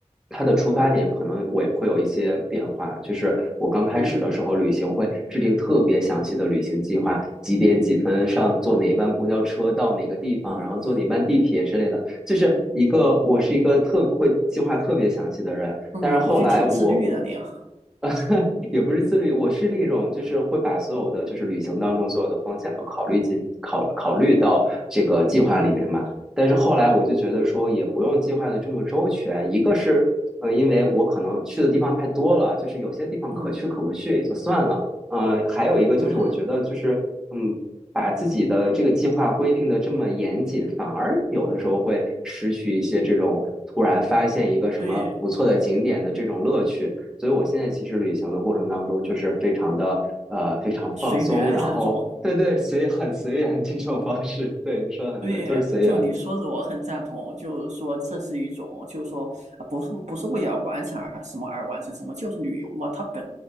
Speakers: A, in the centre; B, on the right (about 75°).
A: 它的出发点可能我也会有一些变化。就是我刚开始的时候，
B: 嗯
A: 旅行会制定特别详细的旅行计划，几点几分上坐哪一班公交车到哪个地方，
B: 嗯
A: 然后坐哪班地铁之类的。就是一个我是一个特会计划特别详细的人，
B: 嗯嗯，
A: 但是后来我
B: 过去挺自律的您啊，
A: <laughs> 也不是自律，我是那种就是会把所有的就是旅行当中所有的风险都考虑进考考虑到这个计划里面嘛。
B: 嗯
A: 但是后来我就觉得说也不用计划的这么周全，一个是呃因为我可能去的地方太多了，就是有些地方可去可不去也就算了，
B: 嗯
A: 呃，还有一个就是我觉得就是嗯把自己的这个计划规定的这么严谨，
B: 嗯，
A: 反而有的时候会失去一些这种突然发现一个什么不错的景点的这种乐趣。
B: 对，
A: 所以我现在其实旅行的过程当中，就是非常的呃非常放松，
B: 随缘那种。
A: 然后对对，随很随缘这种方式。<laughs> 对，你说的很对，
B: 对，
A: 就是随缘。
B: 就你说的，我很赞同。就是说，这是一种，就是说，呃不是不是为了完成而什么而完成什么，就是旅游嘛。它本